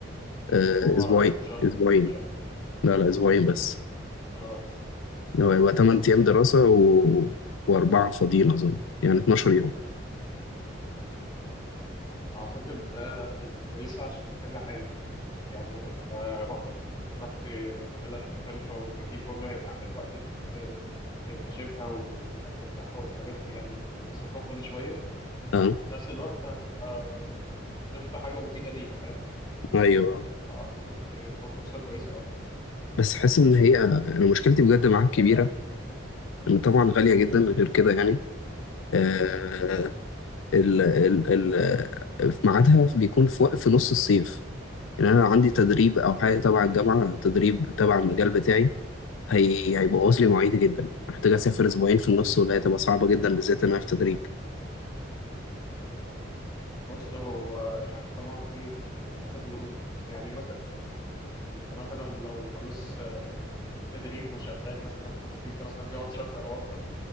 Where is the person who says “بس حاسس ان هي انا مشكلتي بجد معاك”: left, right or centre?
Left